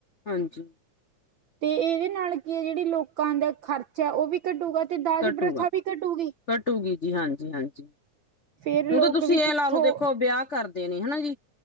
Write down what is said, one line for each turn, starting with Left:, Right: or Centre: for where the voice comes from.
Left: ਹਾਂਜੀ
Right: ਤੇ ਇਹਦੇ ਨਾਲ ਕੀ ਹੈ ਜਿਹੜੀ ਲੋਕਾਂ ਦਾ ਖਰਚਾ ਉਹ ਵੀ ਕੱਢੂਗਾ ਤੇ ਦਾਜ
Left: ਘਟੂਗਾ
Right: ਪ੍ਰਥਾ ਵੀ ਘਟੂਗੀ
Left: ਘਟੂਗੀ ਜੀ ਹਾਂਜੀ ਹਾਂਜੀ
Right: ਫੇਰ
Left: ਹੁਣ
Right: ਲੋਕ
Left: ਤਾਂ ਤੁਸੀਂ
Right: ਵੀ
Left: ਇਹ
Right: ਕਿੱਥੋਂ
Left: ਲਾ ਲਓ ਦੇਖੋ ਵਿਆਹ ਕਰਦੇ ਨੇ ਹਨਾ ਜੀ